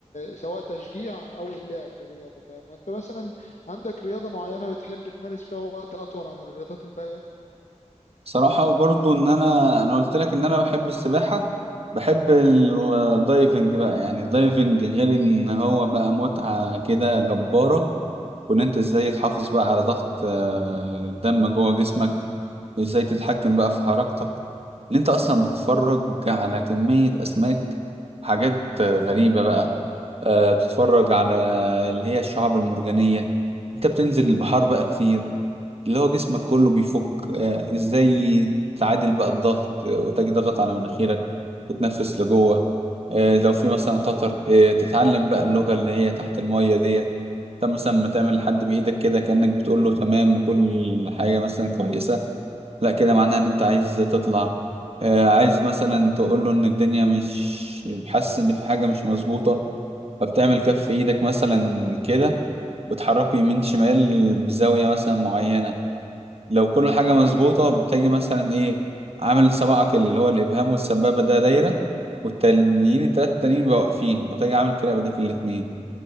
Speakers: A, on the left; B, on the right.
A: سواء تشجيع أو لعب رياضة فاهم أنت مثلا عندك رياضة معينة بتحب تمارس فيها وقت أطول عن الرياضات الباقية
B: صراحة برضو إن أنا أنا قلت لك إن أنا بحب السباحة بحب ال- الدايفنج بقى يعني الدايفنج غير إن هو بقى متعة كده جبارة وان انت ازاي تحافظ بقى على ضغط آه، الدم جوه جسمك ازاي تتحكم بقى في حركتك ان انت اصلا بتتفرج على كمية اسماك حاجات آه، غريبة بقى آه، تتفرج على اللي هي الشعاب المرجانية انت بتنزل البحار بقى كتير اللي هو جسمك كله بيفك آه، ازاي تعادل بقى الضغط آه، وتجي ضغط على مناخيرك وتنفس لجوه آه، لو في مثلا خطر آه، تتعلم بقى اللغة اللي هي تحت المية ديت انت مثلا ما تعمل لحد بإيدك كده كأنك بتقول له تمام وكل حاجة مثلا كويسة لا كده معناها ان انت عايز تطلع آه، عايز مثلا تقول له ان الدنيا مش حاسس ان في حاجة مش مظبوطة فبتعمل كف ايدك مثلا كده بتحركه يمين شمال بزاوية مثلا معينة لو كل حاجة مظبوطة بتجي مثلا ايه عامل سبعك اللي هو الإبهام والسبابة ده دايرة والتانيين التلاتة التانيين بيبقوا واقفين وتجي عامل كده بديك الاتنين